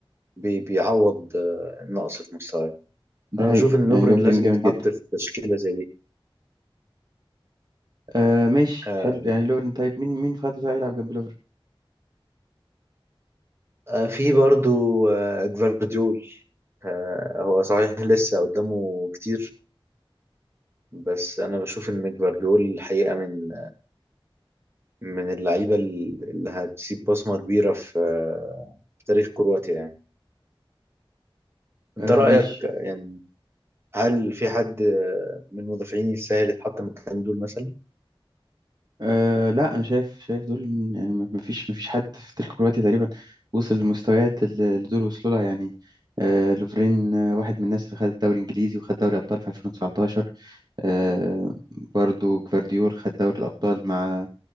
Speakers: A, on the right (about 25°); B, on the right (about 45°).
A: بي... بيعوض آه، النقص في مستواه
B: ده
A: انا
B: حقيقي
A: بشوف ان
B: يعني
A: لوفرين
B: لوفرين
A: لازم
B: جامد
A: يتحط
B: جدا
A: في تشكيله زي دي
B: آه ماشي
A: آه،
B: حلو يعني لوفرين طيب مين مين في خط الدفاع يلعب جنب لوفرين
A: آه، في برضو آه، جفارديول آه، هو صحيح لسه قدامه كتير بس انا بشوف ان جفارديول الحقيقه من من اللعيبة اللي هتسيب بصمة كبيرة في في تاريخ كرواتيا يعني انت
B: آه
A: رأيك
B: ماشي
A: يعني هل في حد من المدافعين يستاهل يتحط مكان دول مثلا
B: آه لا انا شايف شايف دول إن- يعني ما ما فيش ما فيش حد في تاريخ كرواتيا تقريبا وصل للمستويات اللي اللي دول وصلوا لها يعني آه لوفرين آه واحد من الناس اللي خد الدوري الانجليزي وخد دوري ابطال في 2019 آه، برضو جفارديول خد دوري الأبطال مع